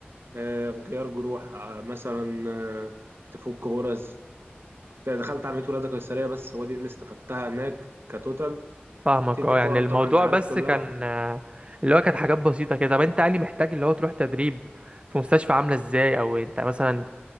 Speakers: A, on the right; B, on the right.
A: آه، غيار جروح آه، مثلا آه، تفك غرز دخلت عمليه ولاده قيصريه بس هو دي اللي استفدتها هناك كتوتال
B: فاهمك
A: تدي
B: اه
A: حقن
B: يعني الموضوع
A: طبعا انت عارف
B: بس
A: كلها
B: كان آه، اللي هو كانت حاجات بسيطة كده طب انت قال لي محتاج اللي هو تروح تدريب في مستشفى عاملة ازاي او انت مثلا